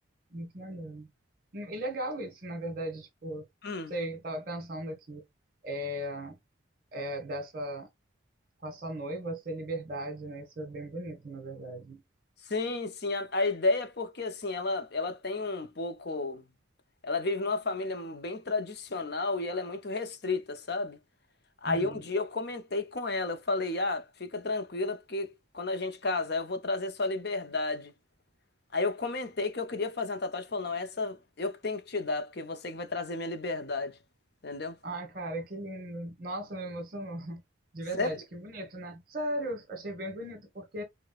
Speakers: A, on the right (about 45°); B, on the left (about 55°).
A: Muito maneiro. E legal isso, na verdade, tipo,
B: Hum.
A: você tava pensando aqui, é, é, dessa, com a sua noiva, ser liberdade, né? Isso é bem bonito, na verdade.
B: Sim, sim, a, a ideia é porque assim, ela, ela tem um pouco. Ela vive numa família bem tradicional e ela é muito restrita, sabe? Aí
A: Uhum.
B: um dia eu comentei com ela, eu falei, ah, fica tranquila, porque quando a gente casar eu vou trazer sua liberdade. Aí eu comentei que eu queria fazer uma tatuagem, falou, não, essa eu que tenho que te dar, porque você que vai trazer minha liberdade, entendeu?
A: Ai, cara, que lindo. Nossa, me emocionou. <laughs> De
B: Sério?
A: verdade, que bonito, né? Sério, achei bem bonito, porque